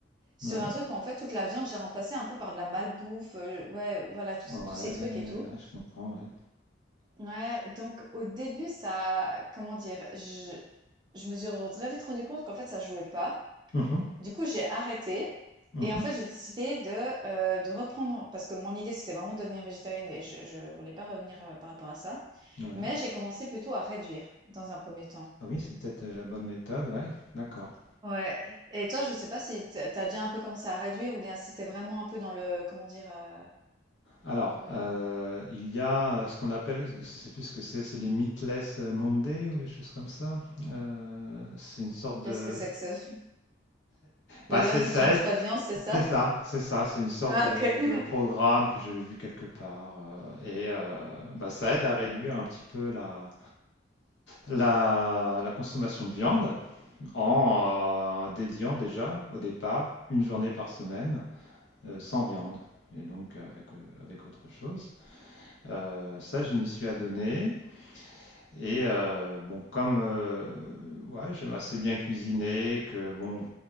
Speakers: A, on the right; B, on the left.
A: sur
B: Ouais.
A: un truc où, en fait, toute la viande, j'ai remplacé un peu par de la malbouffe, heu, ouais, voilà, tous
B: Ouais,
A: tous ces trucs
B: ouais,
A: et tout.
B: je comprends, ouais.
A: Ouais, donc au début, ça comment dire? Je je me suis très vite rendu compte qu'en fait, ça jouait pas.
B: Mhm.
A: Du coup, j'ai arrêté
B: Mhm.
A: et en fait, j'ai décidé de, heu, de reprendre parce que mon idée, c'était vraiment de devenir végétarienne et je je voulais pas revenir, heu, par rapport à ça.
B: Ouais.
A: Mais j'ai commencé plutôt à réduire dans un premier temps.
B: Ah oui, c'est peut-être euh, la bonne méthode, ouais. D'accord.
A: Ouais. Et toi, je sais pas si tu as déjà un peu commencé à réduire ou bien si t'es vraiment un peu dans le, comment dire, euh,
B: Alors,
A: euh,
B: euh, il y a euh, ce qu'on appelle, je sais plus ce que c'est, c'est les Meatless euh, Monday ou les choses comme ça. Euh, c'est une sorte
A: qu'est-ce
B: de...
A: que c'est que ce... Le
B: Bah, c'est-
A: lundi,
B: ça
A: tu manges
B: aide,
A: pas de viande, c'est ça?
B: C'est
A: <laughs>
B: ça, c'est ça, c'est une sorte
A: Ah,
B: de
A: ok.
B: de programme que j'avais vu quelque part, heu et heu, bah, ça aide à réduire un petit peu la la la consommation de viande en, heu, dédiant déjà, au départ, une journée par semaine, heu, sans viande et donc, heu, avec, heu, avec autre chose. Heu, ça, je m'y suis adonné. Et euh, bon, comme euh, ouais, j'aime assez bien cuisiner, que bon,